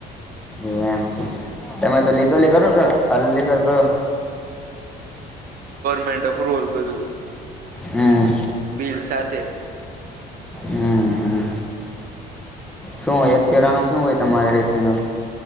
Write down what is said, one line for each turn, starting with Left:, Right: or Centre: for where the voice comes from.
Centre: બેન છે. તમે તો લીગલી કરો કે અ લિગલ કરો.
Right: મેાપર ઓલ બધું
Centre: હમ
Right: બિલ સાથે
Centre: હમ હમ. શું હોય અફેરા ન શું હોય તમારી રેતી નુ.